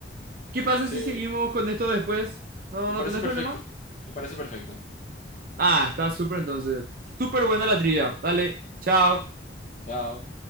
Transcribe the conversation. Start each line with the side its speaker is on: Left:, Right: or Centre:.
Right: ¿Qué pasa
Left: Sí,
Right: si seguimos con esto después? ¿No,
Left: me
Right: no
Left: parece
Right: tenés
Left: perfecto.
Right: problema?
Left: Me parece perfecto.
Right: Ah, está súper entonces. Súper buena la trivia. Dale, chao.
Left: Chao.